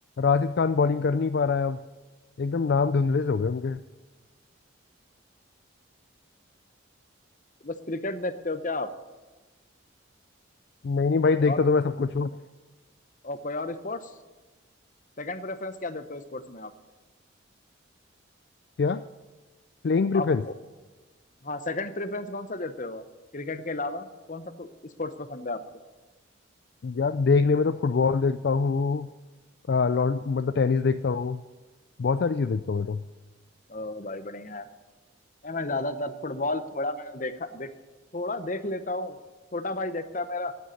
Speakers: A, on the left (about 55°); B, on the left (about 40°).
A: राशिद खान बॉलिंग कर नहीं पा रहा है अब एकदम नाम धुंधले से हो गए उनके
B: बस क्रिकेट देखते हो क्या आप
A: नहीं नहीं भाई
B: कोई
A: देखता
B: और,
A: तो मैं सब कुछ हूँ
B: और कोई और स्पोर्ट्स सेकंड प्रेफरेंस क्या देते हो स्पोर्ट्स में आप
A: क्या Playing preference
B: आपको हाँ सेकंड प्रेफरेंस कौन सा देते हो आप क्रिकेट के अलावा कौन सा तो स्पोर्ट्स पसंद है आपको
A: यार देखने में तो फुटबॉल देखता हूँ आ, लॉन मतलब टेनिस देखता हूँ बहुत सारी चीज़ देखता हूँ मैं
B: ओ भाई बढ़िया नहीं, मैं ज्यादातर फुटबॉल थोड़ा मैंने देखा देख थोड़ा देख लेता हूँ छोटा भाई देखता है मेरा